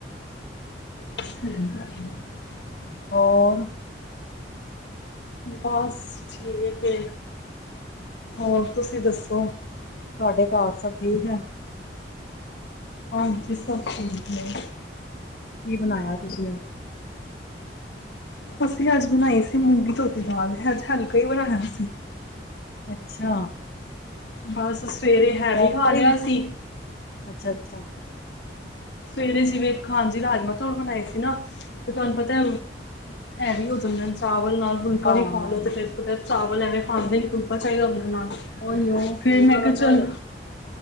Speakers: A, on the left; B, on the left.
A: ਠੀਕ <unintelligible>
B: ਹੋਰ।
A: ਬਸ ਠੀਕ ਏ। ਔਰ ਤੁਸੀਂ ਦੱਸ। <unintelligible>
B: ਤੁਹਾਡੇ ਘਰ ਸਭ ਠੀਕ ਹੈ?
A: ਹਾਂਜੀ ਸਭ ਠੀਕ ਹੈ।
B: ਕੀ ਬਣਾਇਆ ਤੁਸੀਂ ਅਜ?
A: ਅਸੀਂ ਅੱਜ ਬਣਾਈ ਸੀ ਮੂੰਗੀ ਧੋਤੀ ਦਾਲ, ਅੱਜ ਹਲਕਾ ਹੀ ਬਣਾਇਆ ਸੀ।
B: ਅੱਛਾ।
A: ਬਸ। ਸਵੇਰੇ ਹੈਵੀ
B: ਵੈਸੇ
A: ਖਾ ਲਿਆ
B: ਹੀ
A: ਸੀ।
B: ਅੱਛਾ ਅੱਛਾ
A: ਸਵੇਰੇ ਜਿਵੇਂ ਖਾਂਜੀ ਰਾਜਮਾ ਚਾਵਲ ਬਣਾਏ ਸੀ ਨਾ, ਤੇ ਤੁਹਾਨੂੰ ਪਤਾ ਏ ਹੈਵੀ ਹੋ ਜਾਂਦੇ ਨੇ ਚਾਵਲ। ਨਾਲ ਫੁਲਕਾ
B: ਹਾਂ
A: ਵੀ ਖਾ ਲੋ ਤੇ ਫੇਰ ਪਤਾ ਏ ਚਾਵਲ ਐਵੇਂ ਖਾਂਦੇ ਨੀ। ਫੁਲਕਾ ਚਾਹੀਦਾ ਹੁੰਦਾ ਨਾਲ।
B: ਉਹੀਉ
A: ਫਿਰ
B: ਫੁਲਕਾ
A: ਮੈਂ
B: ਦਾ
A: ਕਿਹਾ ਚਲ
B: ਪਹਿਲੇ।